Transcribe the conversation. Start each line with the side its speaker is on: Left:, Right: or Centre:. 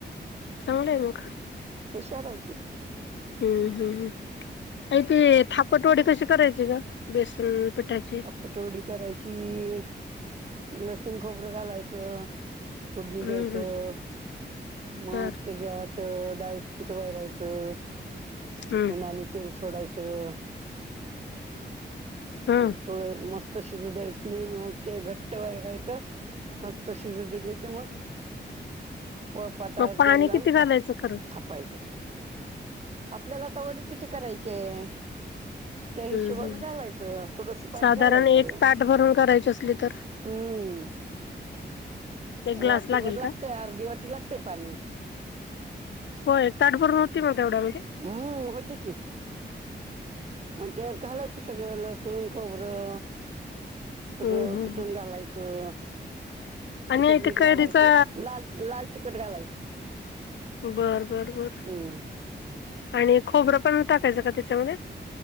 Left: चांगलाय मग.
Right: <unintelligible> हाय ती.
Left: हम्म ह्म्म्म <unintelligible> ती थापटवडी कशी करायची गं? बेसन पिठाची
Right: थापटवडी करायची लसूण, खोबरं घालायचं फोढणी
Left: हम्म
Right: दयायचं
Left: हम्म
Right: मग
Left: बर
Right: तेज्या त त डाळीचं पीठ वैरायचं
Left: हम्म
Right: पुन्हा आणि तेल सोडायचं
Left: हम्म
Right: मग थोडं मस्त शिजू दयायची मग ते घट्ट वैरायचं मस्त शिजू दिलं की मग पोळपाटावर
Left: मग पाणी
Right: तेल लावून
Left: किती घालायचं
Right: थाप
Left: खरं
Right: थापायचत. आपल्याला आता वडी किती करायचीयाय? त्या हिशोभानं
Left: हम्म हम्म
Right: घालाय किंवा थोडसं पाणी
Left: साधारण
Right: घालायचं
Left: एक ताट भरून करायची असली तर
Right: हम्म
Left: एक ग्लास
Right: वाटीभर
Left: लागेल
Right: लागतय
Left: का
Right: अर्धी वाटी लागतय पाणी.
Left: व्हय ताटभरून होती मग तेवढ्यामध्ये
Right: हम्, होते की. म्हणल घालायचं सगळं लसूण खोबरं
Left: हम्म
Right: सगळं
Left: हम्म
Right: कुटून घालायचं
Left: आणि
Right: तिखट-मीठ
Left: ते कैरीचा
Right: घालायचं, लाल-लाल तिखट घालायचं.
Left: बर, बर, बर
Right: हम्म
Left: आणि खोबरं पण टाकायचं का त्याच्यामध्ये?